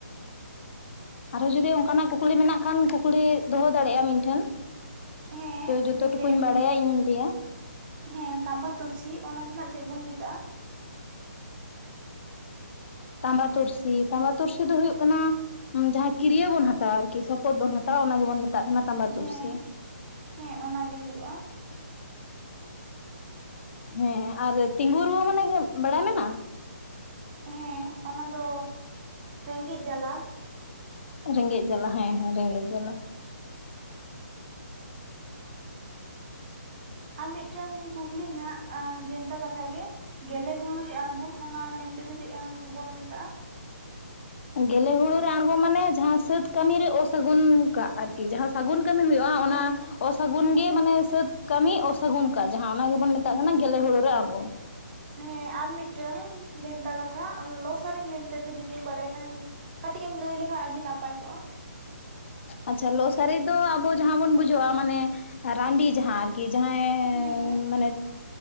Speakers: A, on the left; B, on the right.
A: ᱟᱨᱦᱚᱸ ᱡᱩᱫᱤ ᱚᱱᱠᱟᱱᱟᱜ ᱠᱩᱠᱞᱤ ᱢᱮᱱᱟᱜ ᱠᱷᱟᱱ, ᱠᱩᱠᱞᱤ ᱫᱚᱦᱚ ᱫᱟᱲᱮᱭᱟᱜᱼᱟ ᱟᱢ ᱤᱧ ᱴᱷᱮᱱ ᱾
B: ᱦᱮᱸ
A: ᱛᱚ, ᱡᱚᱛᱚ
B: ᱤᱧ
A: ᱴᱩᱠᱩᱧ
B: ᱞᱟᱹᱭᱮᱜᱼᱟ
A: ᱵᱟᱲᱟᱭᱟ
B: ᱡᱮ
A: ᱤᱧᱤᱧ ᱞᱟᱹᱭᱟ ᱾
B: ᱦᱮᱸ, ᱛᱟᱢᱵᱟ ᱛᱩᱨᱥᱤ ᱚᱱᱟ ᱫᱚ ᱱᱟᱜ ᱪᱮᱫ ᱵᱚᱱ ᱢᱮᱛᱟᱜᱼᱟ?
A: ᱛᱟᱢᱵᱟ ᱛᱩᱨᱥᱤ, ᱛᱟᱢᱵᱟ ᱛᱩᱨᱥᱤ ᱫᱚ ᱦᱩᱭᱩᱜ ᱠᱟᱱᱟ ᱡᱟᱦᱟᱸ ᱠᱤᱨᱤᱭᱟᱹ ᱵᱚᱱ ᱦᱟᱛᱟᱣᱟ ᱟᱨᱠᱤ ᱥᱚᱯᱚᱫ ᱵᱚᱱ ᱦᱟᱛᱟᱣᱟ, ᱚᱱᱟ ᱜᱮᱵᱚᱱ ᱢᱮᱛᱟᱜ ᱠᱟᱱᱟ ᱛᱟᱢᱵᱟ ᱛᱩᱨᱥᱤ
B: ᱦᱮᱸ
A: ᱾
B: ᱦᱮᱸ, ᱚᱱᱟ ᱜᱮ ᱦᱩᱭᱩᱜᱼᱟ ᱾
A: ᱦᱮᱸ ᱟᱨ ᱛᱤᱸᱜᱩ ᱨᱩᱣᱟᱹ ᱢᱟᱱᱮ ᱵᱟᱲᱟᱭ ᱢᱮᱱᱟᱜ-ᱟ?
B: ᱦᱮᱸ, ᱚᱱᱟ ᱫᱚ ᱨᱮᱸᱜᱮᱡ ᱡᱟᱞᱟ ᱾
A: ᱨᱮᱸᱜᱮᱡ ᱡᱟᱞᱟ, ᱦᱮᱸ ᱦᱮᱸ ᱨᱮᱸᱜᱮᱡ ᱡᱟᱞᱟ ᱾
B: ᱟᱨ ᱢᱤᱫᱴᱟᱝ ᱠᱩᱠᱞᱤ ᱱᱟᱜ, ᱵᱷᱮᱱᱛᱟ ᱠᱟᱛᱷᱟ ᱜᱮ᱾ ᱜᱮᱞᱮ ᱦᱩᱲᱩ ᱨᱮᱭᱟᱜ ᱟᱬᱜᱚᱢ ᱚᱱᱟ ᱢᱮᱱᱛᱮ ᱫᱚ ᱪᱮᱫ ᱵᱚᱱ ᱢᱮᱛᱟᱜᱼᱟ?
A: ᱜᱮᱞᱮ ᱦᱩᱲᱩ ᱨᱮ ᱟᱬᱜᱚᱢ ᱢᱟᱱᱮ ᱡᱟᱦᱟᱸ ᱥᱟᱹᱛ ᱠᱟᱹᱢᱤ ᱨᱮ ᱚᱥᱟᱹᱜᱩᱱ ᱠᱟᱜ ᱟᱨᱠ ᱤ ᱡᱟᱦᱟᱸ ᱥᱟᱹᱜᱩᱱ ᱠᱟᱹᱢᱤ ᱦᱩᱭᱩᱜᱼᱟ, ᱚᱱᱟ
B: ᱦᱮᱸ
A: ᱚᱥᱟᱹᱜᱩᱱ ᱜᱮ, ᱢᱟᱱᱮ ᱥᱟᱹᱛ ᱠᱟᱹᱢᱤ ᱚᱥᱟᱹᱜᱩᱱ ᱠᱟᱜ ᱡᱟᱦᱟᱸ ᱚᱱᱟ ᱜᱮᱵᱚᱱ ᱢᱮᱛᱟᱜ ᱠᱟᱱᱟ ᱜᱮᱞᱮ ᱦᱩᱲᱩ ᱨᱮ ᱟᱬᱜᱚᱢ ᱾
B: ᱦᱮᱸ ᱟᱨ ᱢᱤᱫᱴᱟᱹᱝ ᱵᱷᱮᱱᱛᱟ ᱠᱟᱛᱷᱟ, ᱞᱚ ᱥᱟᱨᱮᱡ ᱢᱮᱱᱛᱮ ᱫᱚ ᱡᱩᱫᱤᱢ ᱵᱟᱲᱟᱭ ᱠᱷᱟᱱ ᱠᱟᱹᱴᱤᱡ ᱮᱢ ᱞᱟᱹᱭ ᱞᱮᱠᱷᱟᱱ ᱟᱹᱰᱤ ᱱᱟᱯᱟᱭ ᱠᱚᱜᱼᱟ ᱾
A: ᱟᱪᱪᱷᱟ, ᱞᱚ ᱥᱟᱨᱮᱡ ᱫᱚ ᱟᱵᱚ ᱡᱟᱦᱟᱸ ᱵᱚᱱ ᱵᱩᱡᱷᱟᱹᱣᱟ, ᱢᱟᱱᱮ ᱨᱟᱺᱰᱤ ᱡᱟᱦᱟᱸ, ᱟᱨᱠᱤ ᱡᱟᱦᱟᱸᱭ
B: ᱦᱮᱸ
A: ᱢᱟᱱᱮ